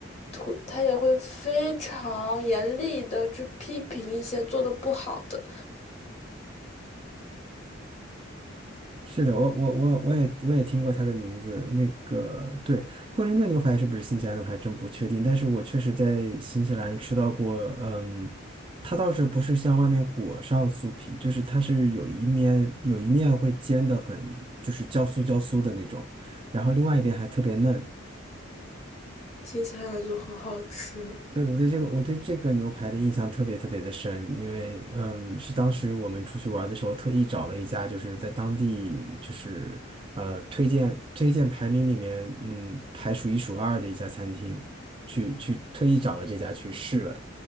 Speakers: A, on the left; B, on the right.
A: 土，他也会非常严厉的去批评一些做的不好的。
B: 是的，我我我我也我也听过他的名字。那个对，惠灵顿牛排是不是新西兰的，我还真不确定。但是我确实在新西兰吃到过，嗯，它倒是不是像外面裹上酥皮，就是它是有一面有一面会煎的很，就是焦酥焦酥的那种，然后另外一边还特别嫩。
A: 听起来就很好吃
B: 对，我对这个我对这个牛排的印象特别特别的深，因为嗯，是当时我们出去玩的时候特意找了一家，就是在当地就是呃推荐推荐排名里面嗯排数一数二的一家餐厅，去去特意找了这家去试了，